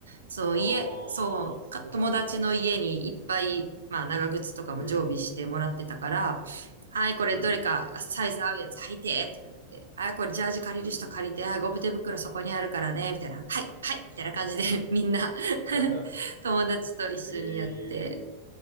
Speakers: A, on the right (about 70°); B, on the left (about 80°).
A: そう、
B: ああ、
A: 家、そう、
B: そうなんだ。
A: か友達の家にいっぱい、まあ、長靴とかも常備してもらってたから、
B: うん。
A: はい、これどれかサイズ合うやつ履いて、
B: うん、
A: とか言って、はい、これジャージ借りる人借りて、
B: うん、うん、
A: はい、ゴム手袋そこにあるからね、みたいな、はい、はい、みたいな感じで、
B: うん。
A: <laughs> みんな
B: <laughs>
A: <laughs> 友達と一緒にやって、
B: へえ、